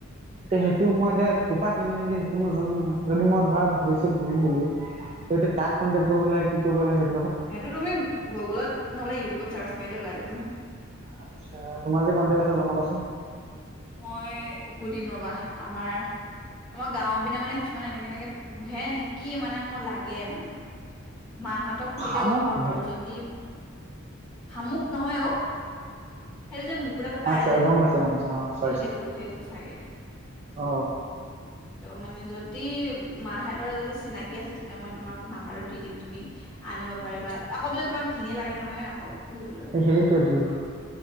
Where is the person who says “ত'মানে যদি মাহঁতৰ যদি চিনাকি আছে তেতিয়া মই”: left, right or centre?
Centre